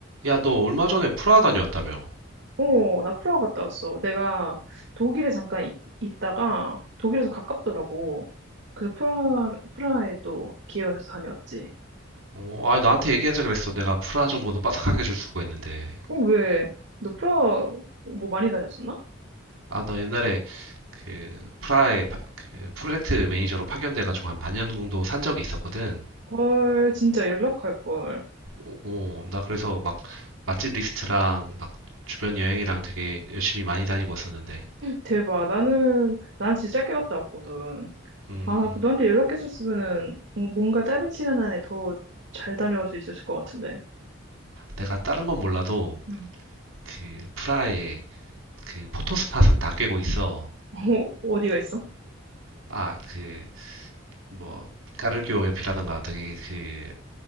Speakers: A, on the right; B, on the right.
A: 야, 너 얼마 전에 프라하 다녀왔다며?
B: 어, 나 프라하 갔다 왔어. 내가 독일에 잠깐 있, 있다가 독일에서 가깝더라고. 그래서 프라, 프라하에 또 기회가 돼서 다녀왔지.
A: 어, 아, 나한테 얘기하자 그랬어. 내가 프라하 정보는 빠삭하게 줄 수가 있는데.
B: 어, 왜? 너 프라하 뭐 많이 다녔었나?
A: 아, 나 옛날에 그 프라하의 파- 그 프로젝트 매니저로 파견돼가지고 한 반년 정도 산 적이 있었거든.
B: 헐, 진짜 연락할 걸.
A: 어, 어, 나 그래서 막 맛집 리스트랑 막 주변 여행이랑 되게 열심히 많이 다니고 왔었는데.
B: 대박. 나는, 난 진짜 짧게 갔다 왔거든.
A: 음,
B: 아, 그 너한테 연락했었으면은 뭐- 뭔가 짧은 시간 안에 더 잘 다녀올 수 있었을 것 같은데.
A: 내가 다른 건 몰라도
B: 응.
A: 그 프라하의 그 포토스팟은 다 꿰고 있어.
B: <laughs> 어, 어디가 있어?
A: 아, 그 뭐 까르교 옆이라던가 되게 그